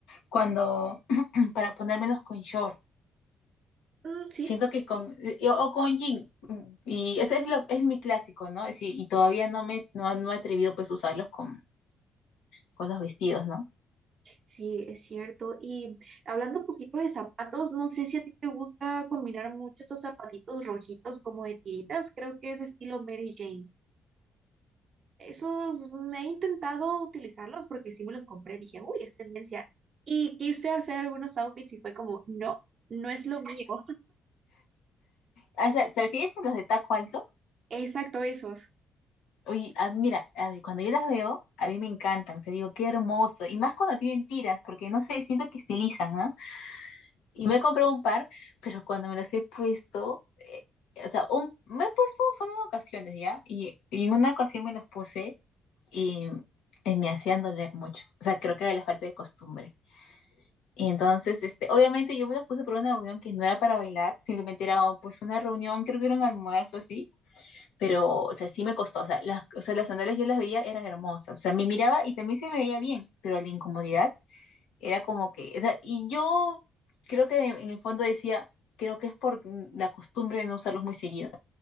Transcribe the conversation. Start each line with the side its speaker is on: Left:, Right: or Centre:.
Left: cuando, <clears throat> para ponérmelos con short.
Right: Mm, sí,
Left: Siento que con, y- o con Jin, mm, y ese es lo, es mi clásico, ¿no? Sí, y todavía no me, no, no he atrevido pues a usarlos con, con los vestidos, ¿no?
Right: Sí, es cierto. Y hablando un poquito de zapatos, no sé si a ti te gusta combinar mucho estos zapatitos rojitos como de tiritas, creo que es estilo Mary Jane. Esos mm, he intentado utilizarlos porque sí me los compré, dije, uy, es tendencia. Y quise hacer algunos outfits y fue como, no, no es lo mío.
Left: O sea, ¿te refieres a los de taco alto?
Right: Exacto, esos.
Left: Oye, ah, mira, a ver, cuando yo las veo, a mí me encantan, o sea, digo, qué hermoso, y más cuando tienen tiras, porque no sé, siento que estilizan, ¿no? Y me he comprado un par, pero cuando me las he puesto, eh, o sea, un- me he puesto solo en ocasiones, ¿ya? Y, y en una ocasión me los puse y, y me hacían doler mucho, o sea, creo que era la falta de costumbre. Y entonces, este, obviamente yo me los puse por una reunión que no era para bailar, simplemente era oh, pues una reunión, creo que era un almuerzo así, pero, o sea, sí me costó, o sea, las, o sea, las sandalias yo las veía, eran hermosas, o sea, me miraba y también se me veía bien, pero la incomodidad era como que, o sea, y yo creo que en el fondo decía, creo que es por la costumbre de no usarlos muy seguido.